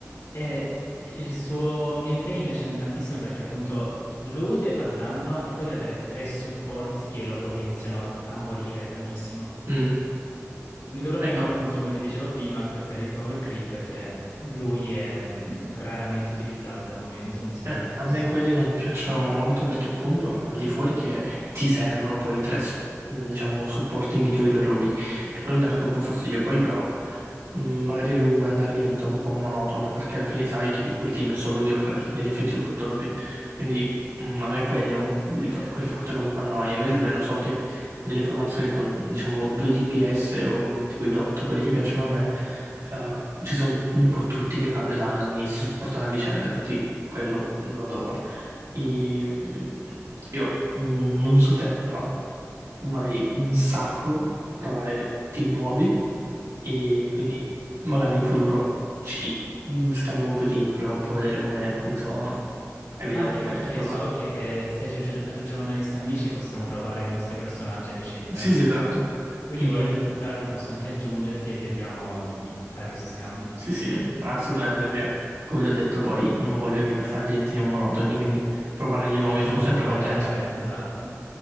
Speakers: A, on the left; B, on the right.
A: E il suo gameplay mi piace tantissimo perché appunto lui deve far danno e poi deve avere tre supporti che lo potenziano a morire tantissimo.
B: Mm. <laughs>
A: L'unico problema,
B: Ecco.
A: appunto, come ti dicevo prima, que- per il power creep è che lui è mh, raramente utilizzabile al momento, e mi dispiace
B: Eh,
A: tantissimo.
B: a me quelli non piacciono molto perché appunto al di fuori che ti servono poi tre, s- mm, diciamo, supporti migliori per lui. E quello mi dà anche un po' fastidio. Poi però mm, magari a lungo andare diventa un po' monotono perché alla fine sai che in quel team è solo lui a fare nell'effettivo tutto, capi? Quindi mm, a me quelli è un- il fa- quel fatto che è un po' annoia. Invece almeno so che nelle formazioni con diciamo 2 DPS o tipo i DOT, quelli che piacciono a me, eh, ci sono un po' tutti che fanno i danni, si supportano a vicenda, infatti quello lo adoro. E, mm, io mm, non so te, però vorrei un sacco provare team nuovi e quindi magari in futuro ci mm, scambiamo un po' i team, proviamo un po' a vedere come, come sono e vediamo
A: Anche
B: come,
A: perché
B: come
A: so
B: va.
A: che eh, se aggiunge- aggiungiamo una lista amici possiamo provare i nostri personaggi a vicenda.
B: Sì, sì, esatto.
A: Quindi
B: E
A: volendo più tardi posso anche aggiungerti e vediamo di fare questi scambi.
B: sì, sì, assolutamente perché, come ti ho detto, poi non voglio che i personaggi diventino monotoni, quindi provare di nuovi
A: Bisogna
B: sono sempre
A: un po' variare,
B: contento.
A: esatto.